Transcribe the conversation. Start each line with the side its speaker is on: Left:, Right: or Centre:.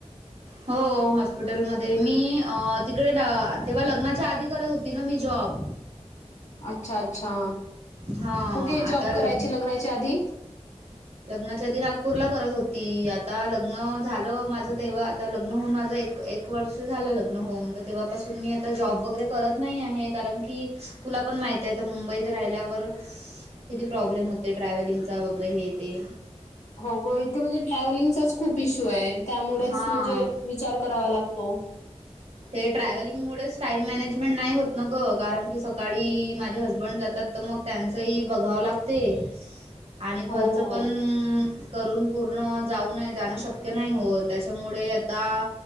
Right: हो हॉस्पिटलमध्ये मी अ ''--'' तिकडे ना तेव्हा लग्नाच्या आधी करत होती ना मी जॉब.
Left: अच्छा अच्छा
Right: हां
Left: कुठे जॉब
Right: आता
Left: करायची
Right: लग्न
Left: लग्नाची आधी.
Right: लग्नाच्या आदि नागपूरला करत होती आता लग्न झालं माझ तेव्हा. आता लग्न होऊन माझं एक एक वर्ष झालं लग्न होऊन तर तेव्हापासून मी आता जॉब वगैरे करत. नाही आहे कारण की तुला पण माहित आहे तर मुंबईत राहिल्यावर. किती प्रॉब्लेम होते ट्रॅव्हलिंग चा वगैरे हे तेे.
Left: हो ग इथे म्हणजे ट्रॅव्हलिंगचाच खूप इश्यू आहे त्यामुळेच
Right: हा.
Left: म्हणजे. विचार करावा लागतो.
Right: ते ट्रॅव्हलिंग मुळेच टाईम मॅनेजमेंट नाही होत न ग कारण की सकाळी माझे हसबंड जातात. तर मग त्यांचंही बघावं लागते.
Left: <inaudible>
Right: आणि घरचं
Left: हो
Right: पण करून पूर्ण जाऊ नये जाणं शक्य नाही हो त्याच्यामुळे आता.